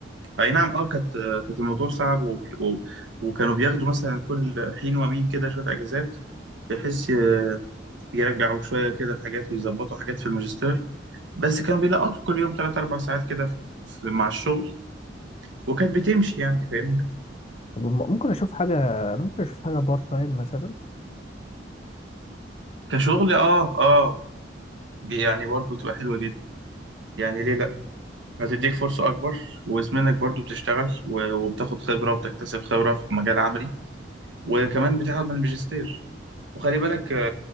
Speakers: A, on the right; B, on the left.
A: اي نعم اه كانت كانت الموضوع صعب وك- و... وكانوا بياخدوا مثلا كل حين ومين كده شويه اجازات بحيث ي- يرجعوا شويه كده الحاجات ويظبطوا حاجات في الماجستير بس كانوا بيلقطوا كل يوم 3 4 ساعات كده في... في... مع الشغل وكانت بتمشي يعني فاهمني
B: طب م- ممكن أشوف حاجة أنا ممكن أشوف حاجة بارت تايم مثلا
A: كشغل اه اه دي يعني برضو تبقى حلوه جدا يعني ليه لا هتديك فرصه اكبر واسمنك برضو بتشتغل و... وبتاخد خبره وبتكتسب خبره في مجال عملي وكمان بتاخد من الماجستير وخلي بالك